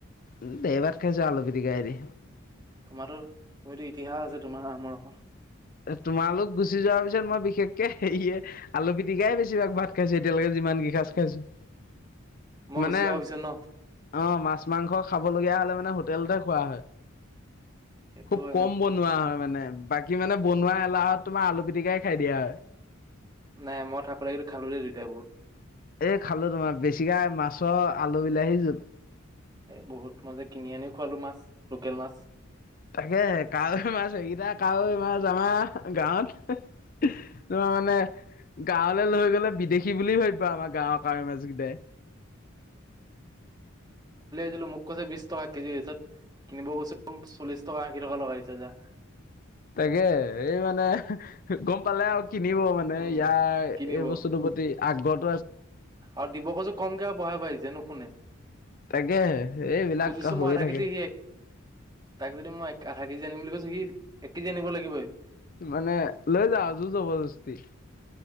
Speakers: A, on the left; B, on the right.
A: উ ধেই ভাত খাইছো আলু পিটিকাই দি।
B: তোমাৰটো তুমিতো ইতিহাস আছে তোমাৰ আমৰখন।
A: এ তোমালোক গুচি যোৱাৰ পিছত মই বিশেষকে সেয়ে আলু পিটিকাই বেছিভাগ ভাত খাইছো এতিয়ালৈকে যিমান কি সাঁজ খাইছো।
B: মই
A: মানে
B: গুচি আহা পিছত ন।
A: অ মাছ মাংস খাবলগীয়া হ'লে মানে হোটেলতে খোৱা হয়।
B: সেইটো
A: খুব
B: হয়
A: কম
B: বাৰু
A: বনোৱা হয় মানে। বাকী মানে বনোৱা এলাহত তোমাৰ আলু পিটিকাই খাই দিয়া হয়।
B: নাই মই থাকোঁতে কিন্তু খালোঁ দেই দুইটাই বহুত।
A: এ খালোঁ তোমাৰ বেছিকাই মাছৰ আলু বিলাহী জোল।
B: এ বহুত মই যে কিনি আনি খোৱালো মাছ লোকেল মাছ।
A: তাকে কাৱৈ মাছ, সেইকেইটা কাৱৈ মাছ আমাৰ গাঁৱত তোমাৰ মানে গাঁৱলৈ লৈ গ'লে বিদেশী বুলি ভাবিব আমাক। গাঁৱৰ কাৰৈ মাছ কেইটাই।
B: ছিলো মোক কৈছে বিশ টকা কেজি তাৰপিছত কিনিব গৈছো চল্লিশ টকা আশী টকা লগাই দিছে যা।
A: তাকে এই মানে গম পালে আৰু কিনিব মানে
B: উম
A: ইয়াৰ
B: কিনিব
A: এই বস্তুটোৰ প্ৰতি আগ্ৰত
B: আৰু দিব কজু কমকে আৰু বঢ়া বাঢ়িছে নুশুনে।
A: তাকে এইবিলাক
B: খুজিছো
A: হৈয়ে
B: মই আধা
A: থাকে।
B: কেজি সি এক তাক যদি মই আধা কেজি আনিম বুলি কৈছো সি এক কেজি আনিব লাগিবই
A: মানে লৈ যা আজোৰ জবৰদস্তি।